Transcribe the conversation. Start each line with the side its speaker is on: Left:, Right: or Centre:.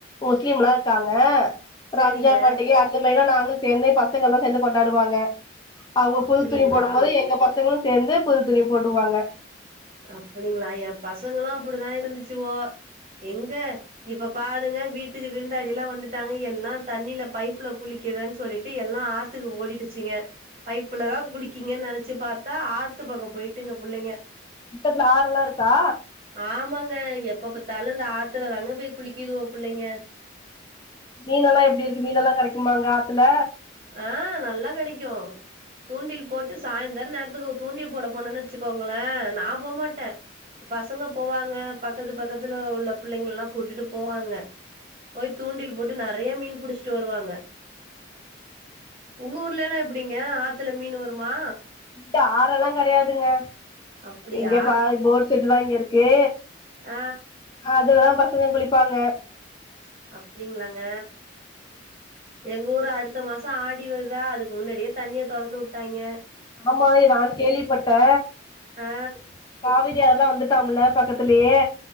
Left: முஸ்லீம் எல்லா இருக்காங்க
Right: சேரிங்க
Left: ரம்ஜா பாண்டிகை அந்த மாரிலா நாங்களு சேந்தே பசங்கள்ல்லா சேந்து கொண்டாடுவாங்க அ
Right: அப்டிங்களா
Left: புது துணி போடும் போது எங்க பசங்களு சேந்து புது துணி போடுவாங்க
Right: அப்டிங்களா ஏ பசங்களும் அப்டிதா இருந்துச்சுவோ எங்க இப்ப பாருங்க வீட்டுக்கு விருந்தாடி எல்லா வந்துட்டாங்க எல்லா தண்ணியில பைப்ல குளிக்கிறேன்னு சொல்லிட்டு எல்லா ஆத் த்துக்கு ஓடிட்டுச்சுங்க பைப்புலதா குளிக்கீங்கன் நெனச்சு பாத்தா ஆத்து பக்கொ போய்ட்டுங்க புள்ளைங்க
Left: த்ல <unintelligible> இருக்கா
Right: ஆமாங்க எப்ப பாத்தாலும் இந்த ஆத்துல தாங்க போய் குளிக்கிதுவ புள்ளைங்க
Left: மீன்னெல்லா எப்டி இருக்கு மீன்னெல்லா கெடைக்குமா அங்க ஆத்துல
Right: ஆ நல்லா கெடக்கு தூண்டில் போட் ட்டு சாய்ந்தர நேரத்துக்கு தூண்டி போட போனும்ன்னு வச்சுக்கோங்களே நா போமாட்டே பசங்க போவாங்க பக்கத்து பக்கத்துல உள்ள புள்ளைங்கலல்லா கூட்டிட்டு போவாங்க போய் தூண்டில் போட்டு நெறைய மீன் புடிச்சிட்டு வருவாங்க உங்க ஊர்லல்லா எப்டிங்க ஆத்துல மீன் வருமா
Left: இங்க ஆறெல்லா கெடையாதுங்க
Right: அப்டியா
Left: இங்க பாதி போர் செட் தா இங்க இருக்கு
Right: ஆ
Left: அதுலதா பசங்க குளிப்பாங்க
Right: அப்டிங்களாங்க எங்க ஊரு அடுத்த மாசோ ஆடி வருதா அதுக்கு முன்னாடியே தண்ணிய தொறந்து விட்டாங்கெ
Left: ஆமா இ நானூ கேள்விப்பட்டே
Right: ஆ
Left: கெ காவிரி ஆறல்லா வந்துட்டாம்ல பக்கத்துலேயே